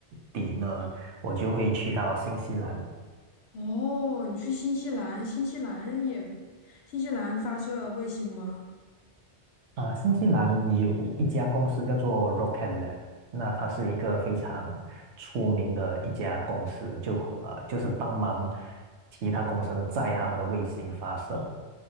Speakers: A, on the right (about 80°); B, on the left (about 70°).
A: 底呢，我就会去到新西兰。
B: 哦，你去新西兰，新西兰也，新西兰发射卫星吗？
A: 啊、新西兰有一家公司叫做 Rocket Lab，那它是一个非常出名的一家公司，就呃就是帮忙其他公司呢载他们的卫星发射的。